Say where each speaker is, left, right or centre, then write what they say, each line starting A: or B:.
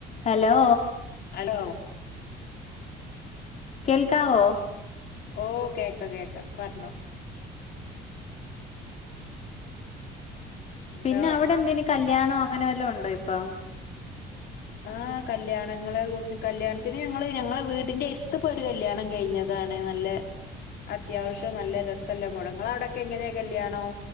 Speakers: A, on the left; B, on the left.
A: Hello
B: hello
A: കേൾക്കാവോ
B: ഓ കേക്കാ കേക്കാ പറഞ്ഞോ എന്താ
A: പിന്നെ അവിടെ എന്തേല്‌ കല്ല്യാണോ അങ്ങനെ വല്ലാം ഉണ്ടോ ഇപ്പൊ
B: ആഹ് കല്യാണങ്ങള് കല്യാണത്തിന് ഞങ്ങള് ഞങ്ങളെ വീടിന്റെ എര്ത്ത് ഇപ്പോരു കല്യാണം കഴിഞ്ഞതാണ് നല്ല അത്യാവശ്യം നല്ല രസല്ലേ മോഡ നിങ്ങളെവിടൊക്കെങ്ങനെ കല്യാണം